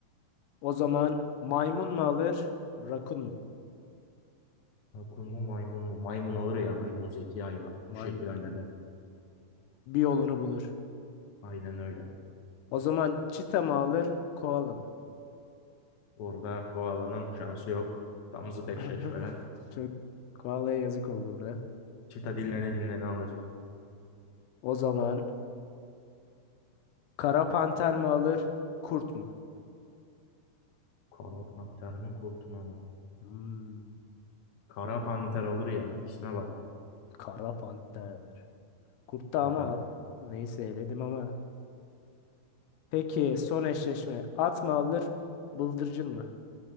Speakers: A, on the left; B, on the left.
A: O zaman maymun mu alır? Rakun mu?
B: Akun mu maymun mu? Maymun alır ya. Maymun zeki hayvan.
A: Maymun
B: Bu şekilde
A: alır.
B: halleder.
A: Bir yolunu bulur.
B: Aynen öyle.
A: O zaman çita mı alır? Koala mı?
B: Burada koalanın şansı yok. Tam zıt eşleşmeler.
A: <laughs> Çok koalaya yazık oldu burada.
B: Çita dinlene dinlene alır.
A: O zaman kara panter mi alır? Kurt mu?
B: Kanat panter mi kurt mu?
A: Hmm,
B: Kara panter alır ya. İsme bak.
A: kara panter. Kurtta
B: Kara
A: ama
B: panter.
A: neyse eledim ama. Peki son eşleşme. At mı alır, bıldırcın mı?